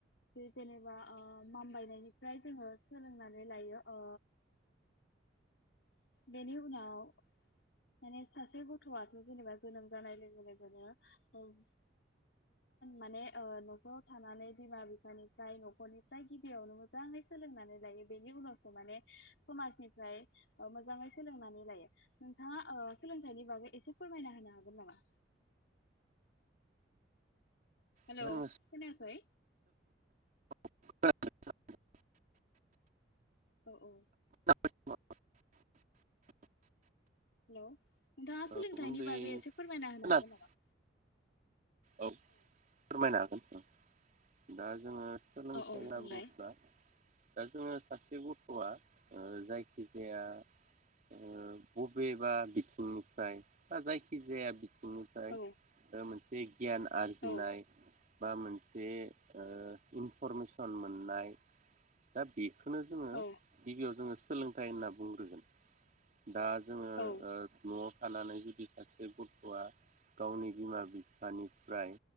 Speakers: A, on the left (about 70°); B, on the right (about 45°).
A: जेनेबा ओ माम्बाइनायनि फ्राय जोङो सोलोंनानै लायो ओ बेनि उनाव माने सासे गथ'आथ' जेनेबा जोनोम जानाय लोगो लोगोनो ओम माने ओ न'खराव थानानै बिमा बिफानिफ्राय न'खरनिफ्राय गिबियावनो मोजाङै सोलोंनानै लायो बेनि उनावसो माने समाजनिफ्राय मोजाङै सोलोंनानै लायो। नोंथाङा ओ सोलोंथाइनि बागै एसे फोरमायना होनो हागोन नामा? हेलौ
B: जोङो
A: खोनायाखै?
B: <unintelligible>
A: औ औ
B: <unintelligible>
A: हेलौ नोंथाङा सोलोंथाइनि
B: औ उन्दै
A: बागै एसे फोरमायना होनो
B: खोनादों
A: हागोन नामा?
B: औ फोरमायनो हागोन। दा जोङो सोलोंथाइ
A: औ औ
B: होनना
A: बुंलाय
B: बुङोब्ला दा जोङो सासे गथ'आ ओ जायखिजाया ओ बबेबा बिथिंनिफ्राय बा जायखिजाया बि थिंनिफ्राय
A: औ
B: ओ मोन से गियान आरजिनाय
A: औ
B: बा मोनसे ओ इनफरमेसन मोननाय दा बे खौनो जोङो
A: औ
B: गिबियाव जोङो सोलोंथाइ होनना बुंग्रोगोन दा जोङो ओ
A: औ
B: न' थानानै जुदि सासे गथ'आ गावनि बिमा बि फानिफ्राय